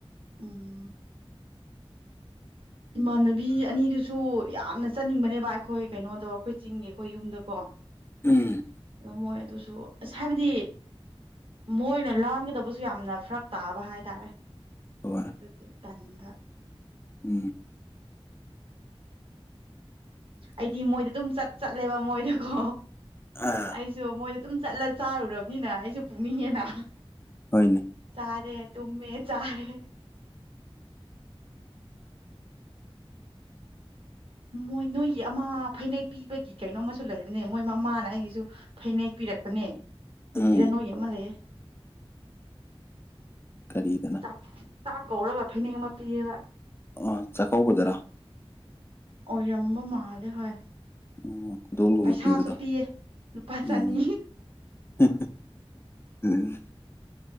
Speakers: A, on the right; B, on the left.
A: ꯎꯝ ꯏꯃꯥꯟꯅꯕꯤ ꯑꯅꯤꯗꯨꯁꯨ ꯌꯥꯝꯅ ꯆꯠꯅꯤꯡꯕꯅꯦꯕ ꯑꯩꯈꯣꯏ ꯀꯩꯅꯣꯗꯣ ꯑꯩꯈꯣꯏ ꯆꯤꯡꯒꯤ ꯑꯩꯈꯣꯏ ꯌꯨꯝꯗꯀꯣ
B: ꯎꯝ
A: ꯑꯗꯣ ꯃꯣꯏ ꯑꯗꯨꯁꯨ ꯑꯁ ꯍꯥꯏꯕꯗꯤ ꯃꯣꯏꯅ ꯂꯥꯟꯒꯗꯕꯁꯨ ꯌꯥꯝꯅ ꯐꯔꯛ ꯇꯥꯕ ꯍꯥꯏꯇꯥꯔꯦ
B: ꯍꯣꯏ
A: ꯑꯗꯨꯒꯤ ꯇꯥꯟꯕ
B: ꯎꯝ
A: ꯑꯩꯗꯤ ꯃꯣꯏꯗ ꯑꯗꯨꯝ ꯆꯠ ꯆꯠꯂꯦꯕ ꯃꯣꯏꯗꯀꯣ
B: ꯑꯥ
A: ꯑꯩꯁꯨ ꯃꯣꯏꯗ ꯑꯗꯨꯝ ꯆꯠꯂ ꯆꯥꯔꯨꯔꯕꯅꯤꯅ ꯑꯩꯁꯨ ꯄꯨꯛꯅꯤꯡꯉꯦꯅ
B: ꯍꯣꯏꯅꯦ
A: ꯆꯥꯔꯦ ꯇꯨꯃꯦ ꯆꯥꯔꯦ ꯃꯣꯏ ꯅꯣꯏꯒꯤ ꯑꯃ ꯐꯩꯅꯦꯛ ꯄꯤꯕꯒꯤ ꯀꯩꯅꯣꯝꯃꯨ ꯂꯩꯕꯅꯦ ꯃꯣꯏ ꯃꯃꯥꯅ ꯑꯩꯒꯤꯁꯨ ꯐꯩꯅꯦꯛ ꯄꯤ ꯄꯤꯔꯛꯄꯅꯦ ꯀꯔꯤꯔ
B: ꯎꯝ
A: ꯅꯣꯏ ꯑꯃ ꯂꯩꯌꯦ
B: ꯀꯔꯤꯗꯅꯣ
A: ꯆꯥꯛ ꯆꯥꯛ ꯀꯧꯔꯒ ꯐꯅꯦꯛ ꯑꯃ ꯄꯤꯑꯕ
B: ꯑꯥ ꯆꯥꯛꯀꯧꯕꯗꯔꯥ
A: ꯑꯣꯏꯔꯝꯕ ꯃꯥꯂꯦ ꯍꯣꯏ
B: ꯎꯝ ꯈꯨꯗꯣꯜꯒꯨꯝꯕ
A: ꯄꯩꯁꯥꯁꯨ
B: ꯄꯤꯕꯗꯣ
A: ꯄꯤꯌꯦ ꯂꯨꯄꯥ ꯆꯅꯤ
B: ꯎꯝ ꯍꯦ ꯍꯦ ꯍꯦ